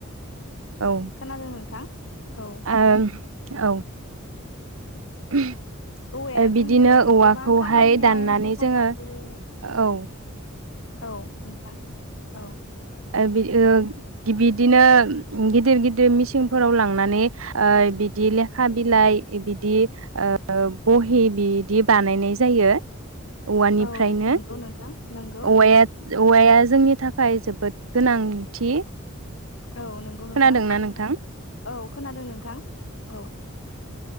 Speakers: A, on the right (about 75°); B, on the left (about 65°).
A: औ
B: खोनादों नोंथां औ।
A: ओम औ। <unintelligible>
B: औवाया
A: बिदिनो
B: जोंनो
A: औवाखौहाय
B: गोबां खामानियाव
A: दाननानै
B: हेफाजाब
A: जोङो
B: होयो
A: औ
B: औ नोंथां। औ।
A: ओबिद‌ ओ बिदिनो गिदिर गिदिर मिसिंफोराव लांनानै ओ बिदि लेखा बिलाइ बिदि ओ बहि बिदि बानायनाय जायो । औवानिफ्रायनो।
B: औ नंगौ नोंथां नंगौ
A: औवायाद औवाया जोंनि थाख थाखाय जोबोद गोनांथि
B: औ नंगौ
A: खोनादोंना
B: नोंथां
A: नोंथां
B: औ खोनादों नोंथां औ